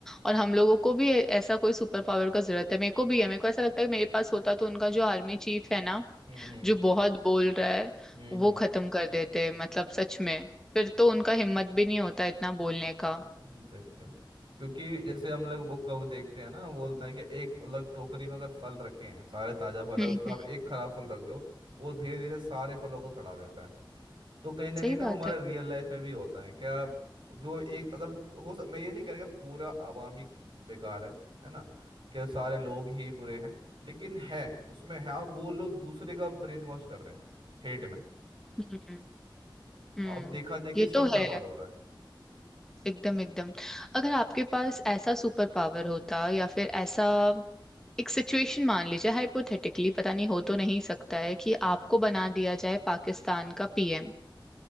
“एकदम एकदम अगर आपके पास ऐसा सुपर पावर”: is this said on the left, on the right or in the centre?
Centre